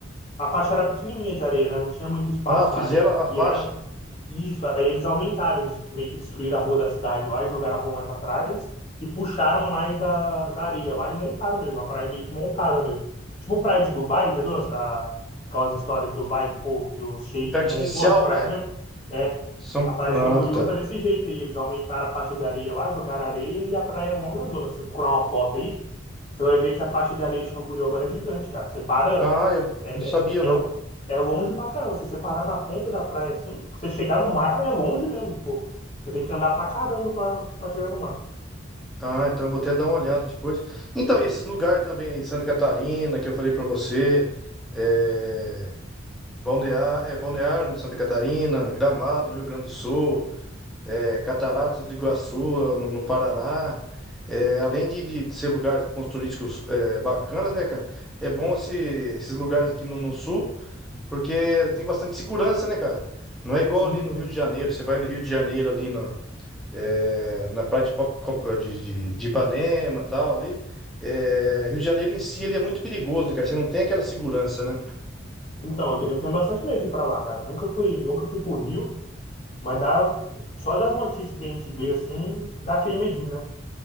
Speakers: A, on the left; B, in the centre.
A: a, a faixa era pequenininha de areia, né? Não tinha muito espaço
B: Ah, fizeram
A: na areia.
B: a
A: E
B: faixa.
A: é Isso, aí eles aumentaram, eles meio que destruíram a rua da cidade lá e jogaram a rua mais para trás e puxaram mais da, da areia lá e montaram mesmo, a praia meio que montada mesmo. Tipo praia de Dubai, já viu as- a, aquelas histórias de Dubai que, o povo- que o Sheik
B: É artificial,
A: montou as praias
B: né?
A: mesmo? É,
B: São...
A: a praia
B: Ah,
A: de Camboriú
B: tá.
A: tá desse jeito aí, eles aumentaram a faixa de areia lá, jogaram areia e a praia é mó grandona. Se você procurar uma foto aí, você vai ver que a faixa de areia de Camboriú agora é gigante, cara. Você para.
B: Ah, eu
A: É,
B: não
A: é,
B: sabia, não.
A: é, é longe pra caramba. Se você parar na ponta da praia assim, pra você chegar no mar é longe mesmo, tipo. Você tem que andar pra caramba pra, pra chegar no mar.
B: Ah, então eu vou até dar uma olhada depois. Então, e esses lugares também aí, Santa Catarina, que eu falei pra você, é... Balneário, é, Balneário, em Santa Catarina, Gramado, no Rio Grande do Sul, é, Cataratas de Iguaçu, no, no Paraná. É, além de, de ser lugares pontos turísticos é, bacanas, né, cara? É bom esse- esses lugares aqui no no sul. Porque tem bastante segurança, né, cara? Não é igual
A: Sim.
B: ali no Rio de Janeiro. Você vai no Rio de Janeiro, ali na, é, na praia de, Ipa- Copa- de, de, de Ipanema e tal, ali. É, Rio de Janeiro em si, ele é muito perigoso, né, cara? Você não tem aquela segurança, né?
A: Então, eu te- eu tenho bastante medo de ir pra lá, cara. Nunca fui, nunca fui pro Rio, mas dá, só das notícias que a gente vê assim, dá aquele medinho, né?